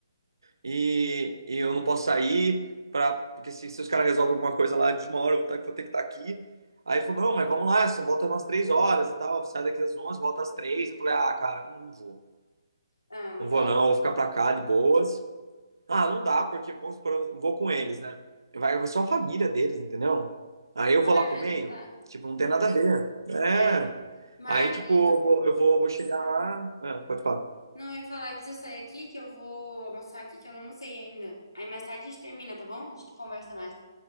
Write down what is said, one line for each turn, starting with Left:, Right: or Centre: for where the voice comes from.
Right: E, e eu não posso sair, pra, porque se, se os caras resolvem alguma coisa lá de uma hora, eu vou ter, vou ter que estar aqui. Aí ele falou, não, mas vamos lá, só volta umas três horas e tal. Sai daqui às 11 volta às três. Eu falei, ah, cara, não vou.
Left: Ah, não
Right: Não
Left: dá.
Right: vou não,
Left: né?
Right: vou ficar pra cá de boas. Ah, não dá, porque vamos supor, eu vou com eles, né? Vai, vai só a família deles, entendeu? Aí eu
Left: Não
Right: vou lá
Left: é,
Right: pro meio,
Left: não dá.
Right: tipo, não tem nada a ver. É,
Left: É. Mas
Right: Aí, tipo, eu vou, eu vou, vou chegar lá. Ah, pode falar.
Left: Não, eu ia falar, eu preciso sair aqui que eu vou almoçar aqui que eu não almocei ainda. Aí mais tarde a gente termina, tá bom? A gente conversa mais,